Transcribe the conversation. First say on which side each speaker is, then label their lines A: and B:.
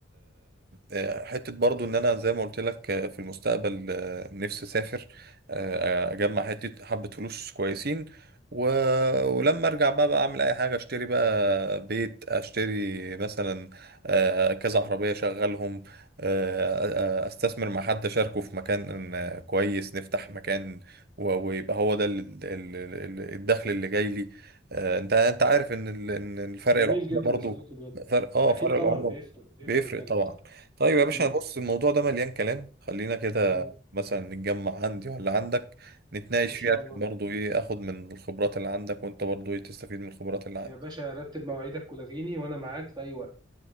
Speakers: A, on the right; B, on the right.
A: آه، حتة برضو ان انا زي ما قلت لك آه، في المستقبل آه، نفسي اسافر آه، اجمع حتة حبة فلوس كويسين و... ولما ارجع بقى, بقى اعمل اي حاجة اشتري بقى بيت اشتري مثلا آه، كذا عربية اشغلهم آه، آه، استثمر مع حد اشاركه في مكان آه، كويس نفتح مكان و- ويبقى هو ده ال- ال- ال- الدخل اللي جاي لي آه، انت انت
B: مم.
A: عارف ان ال- إن الفرق
B: جميل
A: العملة
B: جدا
A: برضو
B: يا صديقي بجد
A: فرق اه
B: أكيد
A: فرق
B: طبعا
A: العملة
B: بيفرق بيفرق
A: بيفرق
B: جامد
A: طبعا طيب يا باشا
B: مم.
A: بص الموضوع ده مليان كلام خلينا كده
B: مم.
A: مثلا نتجمع عندي ولا عندك نتناقش
B: إن شاء
A: فيها عشان
B: الله
A: برضه ايه اخد من الخبرات اللي عندك وانت برضه ايه تستفيد من الخبرات اللي عندي
B: يا باشا رتب مواعيدك ولغيني وأنا معاك في أي وقت